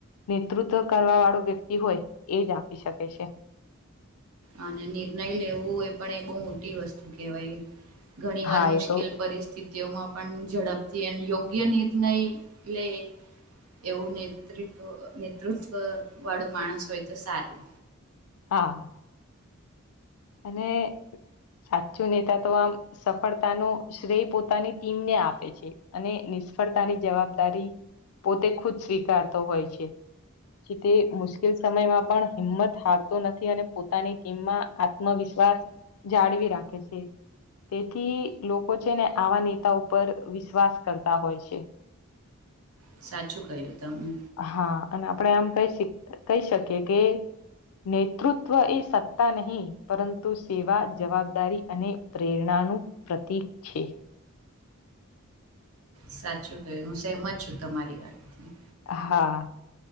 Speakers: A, on the left (about 80°); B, on the right (about 80°).
A: નેતૃત્વ કરવા વાળો વ્યક્તિ હોય એ જ આપી શકે છે.
B: અને નિર્ણય લેવું એ પણ એ બહુ મોટી વસ્તુ કેહેવાય ઘણી
A: હા
B: વાર મુશ્કેલ
A: એ તો
B: પરિસ્થિતિઓમાં પણ ઝડપથી અને યોગ્ય નિર્ણય લે એવું નેતૃત્વ નેતૃત્વ વાળું માણસ હોય તો સારું
A: હા અને સાચું નેતા તો આમ સફળતા નો શ્રેય પોતાની ટીમને આપે છે અને નિશ ષ્ફળતાની જવાબદારી પોતે ખુદ સ્વીકારતો હોય છે. જે તે મુશ્કેલ સમયમાં પણ હિંમત હારતો નથી અને પોતાની ટીમમાં આ ત્મ વિશ્વાસ જાળવી રાખે છે તેથી લોકો છે ને આવા નેતા ઉપર વિશ્વાસ કરતા હોય છે. <inaudible>
B: સાચું કહ્યું તમે
A: હા અને આપડે આમ કહી સક કહી શકીએ કે નેતૃત્વ એ સત્તા નહી પરંતુ સેવા જવાબદારી અને પ્રેરણા નું પ્રતીક છે.
B: સાચું કયું હું સહેમત છું તમારી વાતથી
A: હા